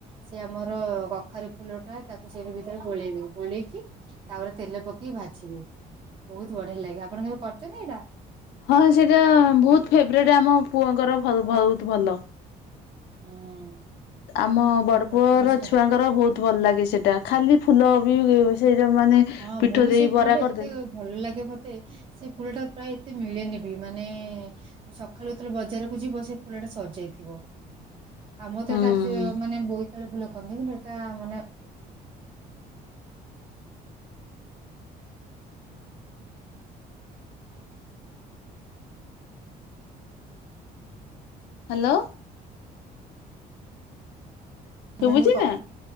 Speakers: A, on the right (about 30°); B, on the left (about 80°).
A: ସେ ଆମର କଖାରେ ଫୁଲ ଟା ତାକୁ ସେଇଠି ଭିତରେ ଗୋଳେଇବେ ଗୋଳେଇକି ତାପରେ ତେଲ ପକେଇକି ଭାଜିବି ବହୁତ ବଢିଆ ଲାଗେ ଆପଣ କେବେ କରୁଛନ୍ତି ଏଇଟା
B: ହଁ ସେଇଟା ବହୁତ ଫେବରଟ୍ ଆମ ପୁଅଙ୍କର ବହୁତ ଭଲ
A: ହୁଁ
B: ଆମ ବଡପୁଅର
A: ମତେ ବି ସେଟା
B: ଛୁଆଙ୍କର ବହୁତ ଭଲ ଲାଗେ ସେଟା ଖାଲି ଫୁଲ ବି ସେଇଟା ମାନେ ପିଠ
A: ହଁ ମୁଁ ବି
B: ଦେଇ
A: ସେଇ ଫୁଲଟା
B: ବରା
A: ଏତେ
B: କରିଦେଲେ
A: ଭଲ ଲାଗେ ମତେ ସେ ଫୁଲ ଟା ପ୍ରାୟ ଏତେ ମିଳେନି ବି ମାନେ ସକାଳୁ ଯେତେବେଳେ ବଜାରକୁ ଯିବ ସେ ଫୁଲଟା ସରିଯାଇଥିବ ଆମର ତ
B: ହଁ ହ୍ୟାଲୋ
A: ଏଇଟାଚୁ ମାନେ ବୋଇତିଆଳୁ ଫୁଲ କହନ୍ତି କିନ୍ତୁ ଏଇଟା ମାନେ
B: ହ୍ୟାଲୋ ଶୁଭୁଛି
A: ଜାଣିବି କ
B: ନା?